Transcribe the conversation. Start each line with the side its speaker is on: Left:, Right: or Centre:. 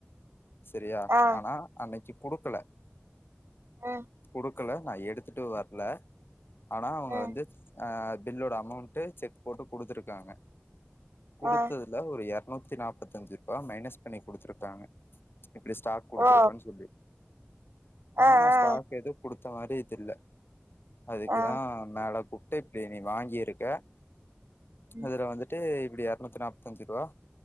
Left: செரியா
Right: ஆ
Left: ஆனா அன்னைக்கி குடுக்கல
Right: ம்
Left: குடுக்கல நா எடுத்துட்டு வர்ல ஆனா அவுங்க
Right: ம்
Left: வந்து அ பில்லோட அமௌண்ட்டு செக் போட்டு குடுத்திருக்காங்க குடுத்ததுல
Right: ஆ
Left: ஒரு எரநூத்தி நாபத்தஞ்சி ரூபா மைனஸ் பண்ணி குடுத்திருக்காங்க இப்டி ஸ்டாக் குடுத்துருக்கன்
Right: ஓ
Left: சொல்லி ஆனா
Right: ஆ
Left: நா ஸ்டாக்
Right: ஆ
Left: எது குடுத்த மாரி தெர்ல அதுக்குதா
Right: ஆ
Left: மேல கூப்புடு இப்டி நீ வாங்கிருக்க
Right: ம்
Left: இதுல வந்துட்டு இப்டி எரநூத்தி நாப் பதஞ்சுரூவா